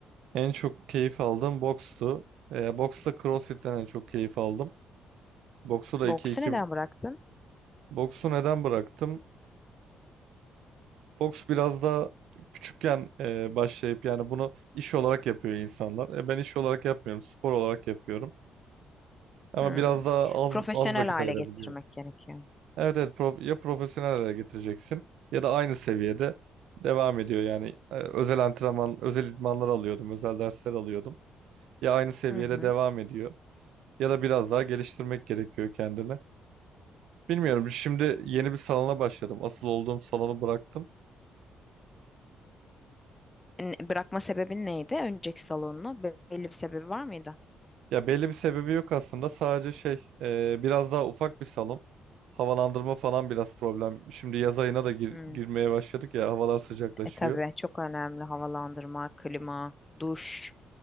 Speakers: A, on the right (about 85°); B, on the left (about 20°).
A: En çok keyif aldığım bokstu. E, boksta CrossFit'ten en çok keyif aldım. Boksu da
B: Boksu
A: iki iki,
B: neden bıraktın?
A: Boksu neden bıraktım? Fox biraz daha küçükken e, başlayıp yani bunu iş olarak yapıyor insanlar. E, ben iş olarak yapmıyorum, spor olarak yapıyorum. Ama
B: Hmm.
A: biraz daha az
B: Profesyonel
A: az vakit
B: hale
A: ayırabiliyorum.
B: getirmek gerekiyor.
A: Evet evet prof- ya profesyonel hale getireceksin ya da aynı seviyede devam ediyor yani E, özel antrenman, özel idmanlar alıyordum, özel dersler alıyordum. Ya aynı seviyede
B: Hı hı.
A: devam ediyor ya da biraz daha geliştirmek gerekiyor kendini. Bilmiyorum. Şimdi yeni bir salona başladım. Asıl olduğum salonu bıraktım.
B: Ne- Bırakma sebebin neydi? Önceki salonunu Be- belli bir sebebi var mıydı?
A: Ya belli bir sebebi yok aslında. Sadece şey e, biraz daha ufak bir salon. Havalandırma falan biraz problem. Şimdi yaz ayına da gir-
B: Hmm.
A: girmeye başladık ya. Havalar sıcaklaşıyor.
B: E tabii çok önemli havalandırma, klima, duş.